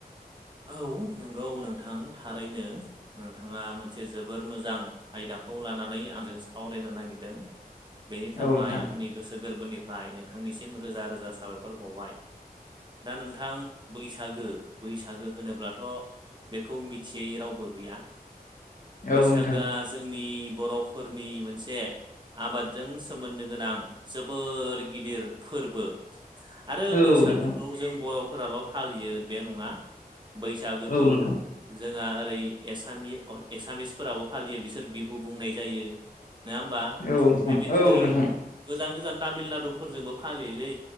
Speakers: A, on the right; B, on the left.
A: औ नंगौ नोंथां थारैनो। नोंथाङा मोनसे जोबोर मोजां आयदाखौ लानानै आंजों सावरायनो नागिरदों। <inaudible> बेनि थाखाय
B: औ नोंथां
A: आंनि गोसो गोरबोनिफ्राय नोंथांनिसिम रोजा रोजा साबायखर बावबाय। दा नोंथां बैसागो बैसागो होनोब्लाथ' बेखौ मिथियै रावबो गैया
B: औ
A: बैसागोआ
B: नोंथां
A: जोंनि बर'फोरनि मोनसे आबादजों सोमोन्दो गोनां जोबोर गिदिर फोरबो। आरो
B: औ
A: बैसागोखौ
B: नोंथां
A: जों बर'फोराल' फालियो बे नङा। बैसागोखौ
B: औ नोंथां
A: जोंहा ओरै एसामि-एसामिसफोराबो फालियो बिसोर बिहु बुंनाय जायो। नङा होमबा
B: औ नोंथां
A: बेबायदिनो
B: औ नोंथां
A: गोजान गोजान तामिलनाडुफोरजोंबो फालियोलै।